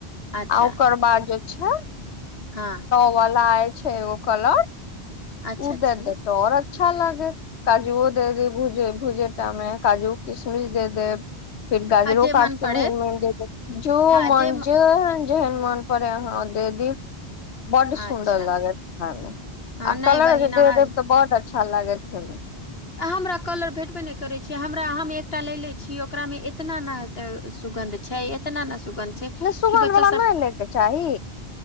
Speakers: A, on the left (about 65°); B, on the left (about 80°).
A: अच्छा
B: आउ ओकर बाद जे छैई
A: हँ
B: वाला आय छै एगो कलर
A: अच्छा
B: ओ
A: छी
B: दे दे ते और अच्छा लागत काजूओ दऽ दी। भुजैत-भुजैत काजू-किशमिश दऽ देब। फेर गाजरो
A: आ जे
B: काटि
A: मन
B: कऽ
A: पड़े
B: महीन-महीन दऽ दियौ,
A: हँ म-
B: जे मन। जेहन मन पड़े अहा दे दी बड
A: अच्छा
B: सुंदर लागत खाय मऽ
A: हँ
B: आ
A: नहि
B: कलर
A: बहिन अहाँ
B: दे देब तऽ बड अच्छा लागत खाय मऽ
A: हमरा कलर भेटबे नहि करै छै। हमरा हम एकटा लऽ ले छियै, ओकरामे एतना नहि। सुगन्ध छै, एतनऽ सुगन्ध छै।
B: नई सुगंध
A: कि बच्चा
B: वाला
A: सब
B: नई लैके चाही